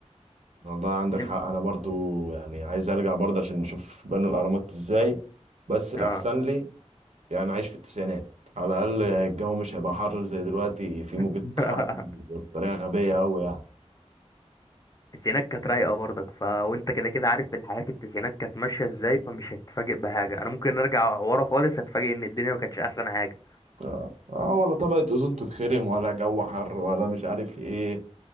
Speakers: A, on the right; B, on the left.
A: والله عندك
B: انت
A: حق انا برضو يعني عايز ارجع برضه عشان نشوف بنوا الاهرامات ازاي بس الاحسن
B: اه
A: لي يعني عايش في التسعينات على الاقل الجو مش هيبقى حر زي دلوقتي في موجة
B: <laughs>
A: حر بطريقه غبيه قوي يعني
B: التسعينات كانت رايقه برضك ف وانت كده كده عارف الحياه في التسعينات كانت ماشيه ازاي فمش هتتفاجئ بحاجه انا ممكن ارجع ورا خالص هتفاجئ ان الدنيا ما كانتش احسن حاجه
A: اه آه، ولا طبقة أوزون تتخرم ولا جو حر ولا مش عارف ايه